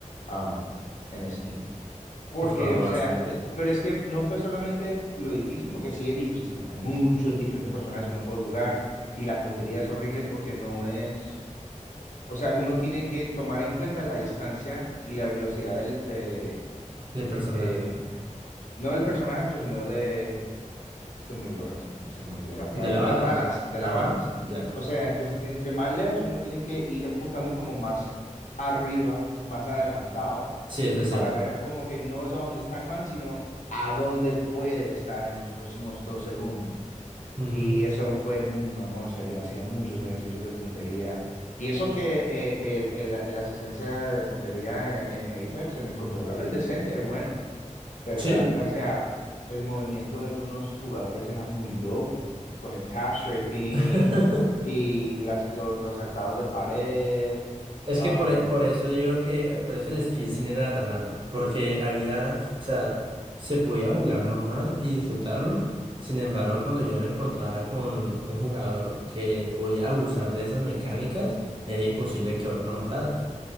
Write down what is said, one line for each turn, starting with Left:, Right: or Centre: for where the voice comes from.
Left: um, en Steam. Porque,
Right: Uf, bajó
Left: o
Right: bastante.
Left: sea, pero es que no fue solamente lo difícil, porque sí es difícil, hay muchos diferentes personajes que uno puede jugar y la puntería es horrible porque no es, o sea, uno tiene que tomar en cuenta la distancia y la velocidad del, de,
Right: Del personaje.
Left: de, no del personaje, pero sino de se me olvidó, se me olvidó la palabra,
Right: De la
Left: de
Right: bala.
Left: las balas, de
Right: Ajá.
Left: las balas.
Right: Ya.
Left: O sea, entonces, entre más lejos uno tiene que ir apuntando como más arriba, más adelantado,
Right: Sí, eso es
Left: para
Right: cierto.
Left: ver como que no es a dónde está el man, sino a dónde puede estar en los próximos dos segundos.
Right: Ujú.
Left: Y eso fue muy mamón, o sea, yo hacía muchos ejercicios de puntería. Y eso que eh, el, el- la la asistencia de puntería en, en Apex, en el controlador, es decente, es bueno. Pero
Right: Sí.
Left: era, o sea, el movimiento de algunos jugadores era muy loco, con el tap strafing
Right: <laughs>
Left: y las, los, los saltados de pared.
Right: Es
Left: um,
Right: que por, e- por eso digo que, eh, por eso el skill sin era tan alto, porque había, o sea, se podía jugar normal y disfrutarlo, sin embargo, cuando yo no encontraba con un jugador que podía abusar de esas mecánicas, era imposible que vos lo mataras.